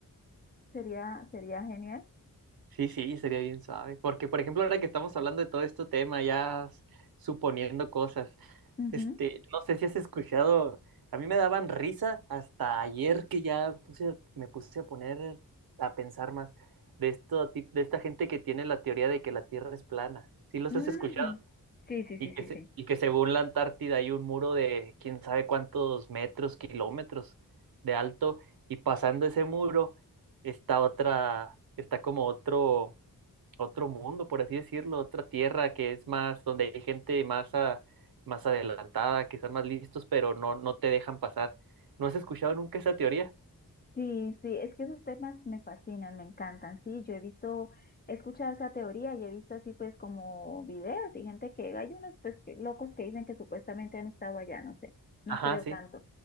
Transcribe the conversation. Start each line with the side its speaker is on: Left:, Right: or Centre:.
Left: sería, sería genial.
Right: Sí, sí, sería bien suave. Porque, por ejemplo, ahora que estamos hablando de todo este tema, ya s- suponiendo cosas,
Left: Ujú,
Right: este, no sé si has escuchado, a mí me daban risa hasta ayer que ya puse- me puse a poner a pensar más de esto, ti- de esta gente que tiene la teoría de que la Tierra es plana. ¿Sí los
Left: ujú.
Right: has escuchado?
Left: Sí, sí,
Right: Y
Left: sí,
Right: que,
Left: sí,
Right: se-
Left: sí.
Right: y que según la Antártida hay un muro de quién sabe cuántos metros, kilómetros de alto, y pasando ese muro está otra, está como otro otro mundo, por así decirlo, otra tierra que es más, donde hay gente más, a- más adelantada, que están más listos, pero no, no te dejan pasar. ¿No has escuchado nunca esa teoría?
Left: Sí, sí, es que esos temas me fascinan, me encantan, sí, yo he visto, he escuchado esa teoría y he visto así pues como videos y gente que, hay unos pues que- locos que dicen que supuestamente han estado allá, no sé, no
Right: Ajá,
Left: creo
Right: sí.
Left: tanto,